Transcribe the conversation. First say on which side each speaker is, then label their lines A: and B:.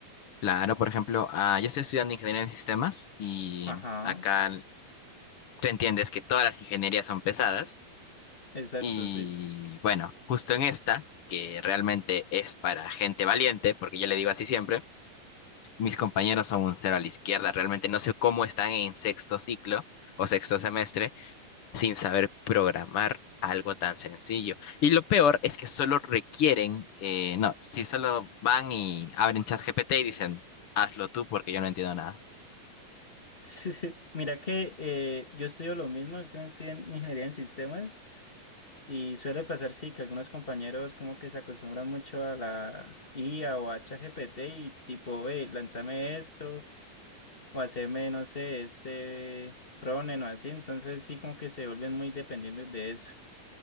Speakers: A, on the left; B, on the left.
A: Claro, por ejemplo, ah, yo estoy estudiando ingeniería en sistemas y
B: Ajá,
A: acá l- tú entiendes que todas las ingenierías son pesadas
B: exacto,
A: y
B: sí. <laughs>
A: bueno, justo en esta, que realmente es para gente valiente, porque yo le digo así siempre, mis compañeros son un cero a la izquierda, realmente no sé cómo están en sexto ciclo o sexto semestre sin saber programar algo tan sencillo. Y lo peor es que solo requieren, eh, no, si solo van y abren ChatGPT y dicen, hazlo tú porque yo no entiendo nada.
B: Sí, Mira que eh, yo estudio lo mismo, yo también estoy en ingeniería en sistemas. Y suele pasar, sí, que algunos compañeros como que se acostumbran mucho a la IA o a ChatGPT y tipo, eh, lánzame esto o haceme, no sé, este frontend o así. Entonces sí como que se vuelven muy dependientes de eso.